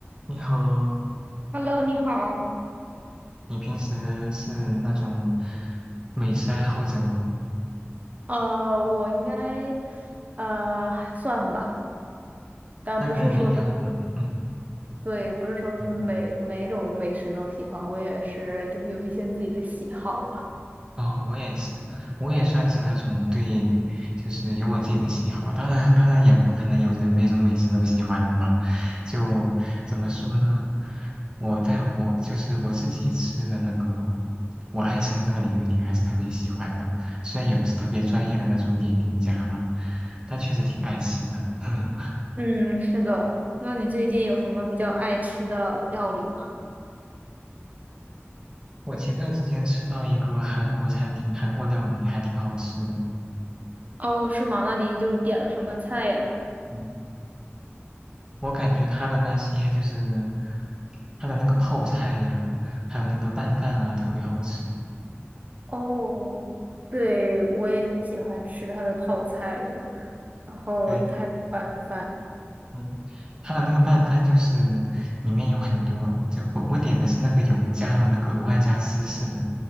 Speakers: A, on the right; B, on the right.
A: 你好，
B: Hello，你好。
A: 你平时是那种美食爱好者吗？
B: 呃，我应该，呃，算吧，但不是说，
A: 那跟我一样呢。嗯，
B: 对，不是说每每种美食都喜欢，
A: 对
B: 我也是就是有一些自己的喜好吧。
A: 哦，我也是，我也算是那种对，就是有我自己的喜好。当然，当然也不可能有人每种美食都喜欢的吧？就怎么说呢？我在我就是我自己吃的那个，我爱吃的那个领域里，还是特别喜欢的。虽然也不是特别专业的那种点评家吧，但确实挺爱吃的。<laughs>
B: 嗯，是的。那你最近有什么比较爱吃的料理吗？
A: 我前段时间吃到一个韩国餐厅，韩国料理还挺好吃的。
B: 哦，是吗？那你就点了什么菜呀？
A: 嗯，我感觉它的那些就是它的那个泡菜呀，还有那个拌饭啊，特别好吃。
B: 哦，对，我也挺喜欢吃它的泡菜的，然后它有拌饭。
A: 对，嗯，它的那个拌饭就是里面有很多，就我我点的是那个有加了那个额外加芝士的，